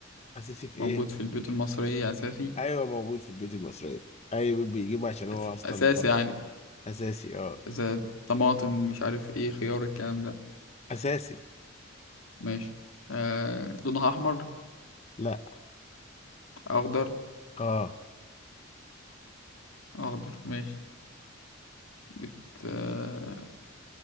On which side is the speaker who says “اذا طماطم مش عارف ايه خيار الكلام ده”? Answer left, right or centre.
Left